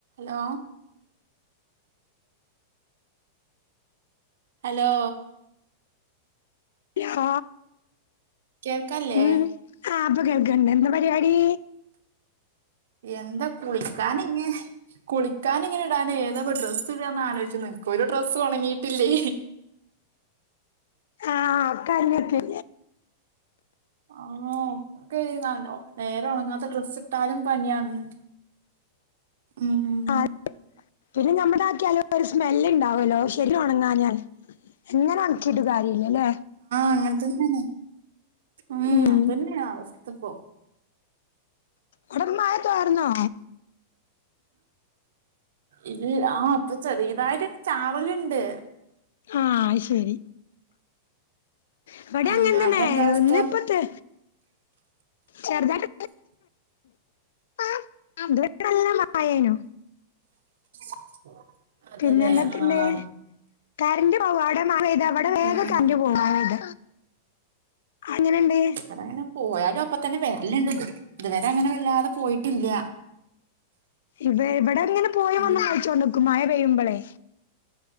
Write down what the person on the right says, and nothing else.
ലോ ഹലോ
കേൾക്കല്ലേ
എന്താ കുളിക്കാനിങ്ങെ കുളിക്കാനിങ്ങനെ ഇടാനേ ഏതാപ്പ ഡ്രസ്സ് ഇടാന്ന് ആലോചിച്ചു നിക്ക ഒരു ഡ്രസ്സും ഒണങ്ങിട്ടില്ലേ
ആഹ് ഒക്കെ നേരെ ഉണങ്ങാത്ത ഡ്രസ്സ് ഇട്ടാലും പണിയാണ് ഉം
അങ്ങനെതന്നെണ് മ്മ്
<unintelligible> തുപ്പോ
ഇത് ആഹ് ഇപ്പൊ ചെറിതായിട്ട് ചാറല്ണ്ട്
ആഹ്
അവിടെ എന്താ അവസ്ഥ
<inaudible>
ആഹ്
ഉം
അടെ അങ്ങനെ പോയാലും അപ്പ തന്നെ വരലിണ്ട് ഇത് ഇതുവരെ അങ്ങനെ വല്ലാതെ പോയിട്ടില്ല
ഉം